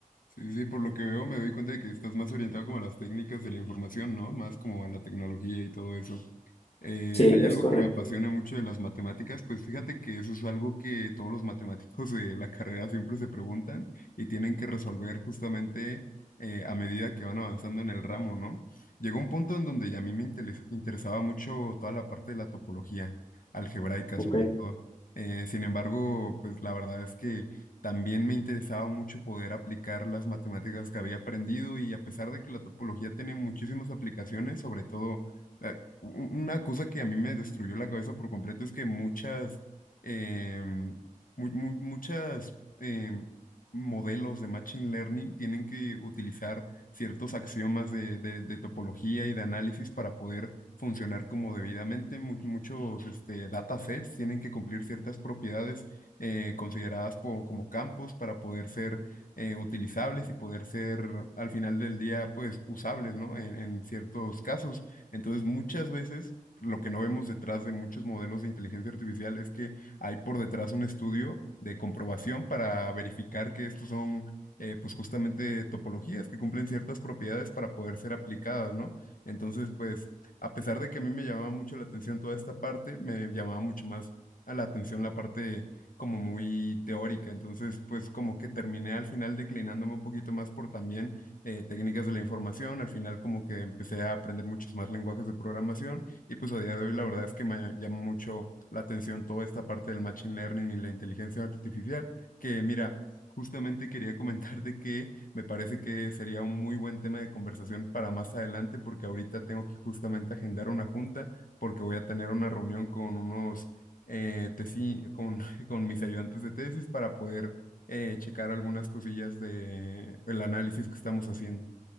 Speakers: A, on the left; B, on the left.
A: Sí, sí, por lo que veo me doy cuenta de que estás más orientado como a las técnicas de la información, ¿no? Más como a la tecnología y todo eso. Eh,
B: Sí,
A: hay
B: es
A: algo
B: correcto.
A: que me apasiona mucho de las matemáticas, pues fíjate que eso es algo que todos los matemáticos de la carrera siempre se preguntan y tienen que resolver justamente eh, a medida que van avanzando en el ramo, ¿no? Llegó un punto en donde ya a mí me interes- interesaba mucho toda la parte de la topología algebraica
B: Ok.
A: sobre todo. Eh, sin embargo, pues la verdad es que también me interesaba mucho poder aplicar las matemáticas que había aprendido y a pesar de que la topología tiene muchísimas aplicaciones, sobre todo... eh, u- Una cosa que a mí me destruyó la cabeza por completo es que muchas, em, mu- mu- muchas em, modelos de Machine Learning tienen que utilizar ciertos axiomas de, de- de topología y de análisis para poder funcionar como debidamente. Mu- muchos este, datasets tienen que cumplir ciertas propiedades eh, consideradas po- como campos para poder ser eh, utilizables y poder ser al final del día pues usables, ¿no? en en ciertos casos. Entonces, muchas veces lo que no vemos detrás de muchos modelos de inteligencia artificial es que hay por detrás un estudio de comprobación para verificar que estos son, eh, pues justamente topologías que cumplen ciertas propiedades para poder ser aplicadas, ¿no? Entonces, pues, a pesar de que a mí me llamaba mucho la atención toda esta parte, me llamaba mucho más a la atención la parte como muy teórica. Entonces, pues como que terminé al final declinándome un poquito más por también eh, técnicas de la información. Al final como que empecé a aprender muchos más lenguajes de programación y pues a día de hoy la verdad es que me llama mucho la atención toda esta parte del machine learning y la inteligencia artificial, que mira, justamente quería comentarte que me parece que sería un muy buen tema de conversación para más adelante porque ahorita tengo que justamente agendar una junta porque voy a tener una reunión con unos eh, tesi- con, <laughs> con mis ayudantes de tesis para poder eh, checar algunas cosillas de el análisis que estamos haciendo.